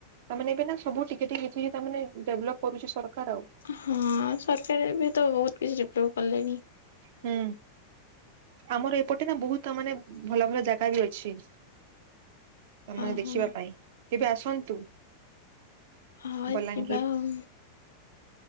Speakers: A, on the right; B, on the left.
A: ତାମାନେ ଏବେ ନା ସବୁ ଟିକିଏ ଟିକେ <unintelligible> ତାମାନେ ଡେଭଲପ୍ କରୁଛି ସରକାର ଆଉ।
B: ହଁ ସରକାର ଏବେ ତ ବହୁତ୍ କିଛି ଡ଼େଭଲପ୍ କଲେଣି।
A: ହୁଁ ଆମର ଏପଟେ ନା ବହୁତ ମାନେ ଭଲ ଭଲ ଜାଗା ବି ଅଛି। ତାମାନେ
B: ଅ
A: ଦେଖିବା
B: ହଁ
A: ପାଇଁ କେବେ ଆସନ୍ତୁ।
B: ହଁ
A: ବଲାଙ୍ଗୀର
B: ଯିବା ଆଉ।